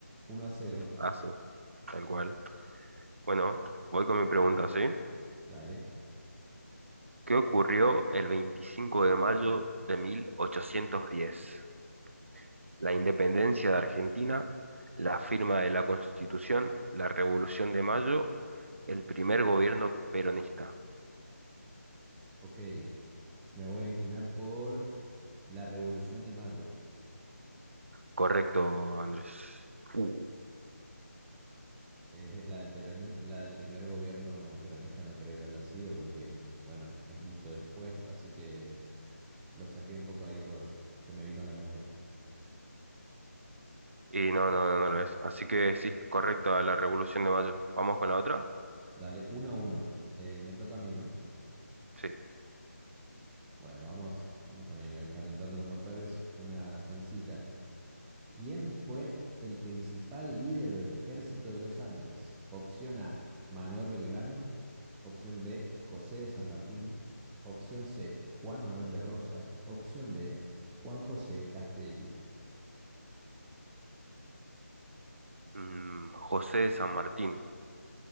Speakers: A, in the centre; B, on the right.
A: 1 a 0.
B: Ah, sí, tal cual. Bueno, voy con mi pregunta, ¿sí?
A: Dale.
B: ¿Qué ocurrió el 25 de mayo de 1810? la independencia de Argentina, la firma de la Constitución, la Revolución de Mayo, el primer gobierno peronista.
A: Ok, me voy a inclinar por la Revolución de Mayo.
B: Correcto, Andrés. Uh,
A: Eh, la del peroni- la del primer gobierno peronista no creo que haya sido porque, bueno, es mucho después, así que lo saqué un poco ahí por... Se me vino a la memoria.
B: Y no, no, no, no lo es. Así que sí, correcto a la Revolución de Mayo. ¿Vamos con la otra?
A: Dale, uno a uno. Eh, me toca a mí, ¿no?
B: Sí.
A: Bueno, vamos, vamos también eh, calentando los motores. Una sencilla. ¿Quién fue el principal líder del ejército de los Andes? Opción A, Manuel Belgrano. Opción B, José de San Martín. Opción C, Juan Manuel de Rosas. Opción D, Juan José Castelli.
B: Mm, José de San Martín,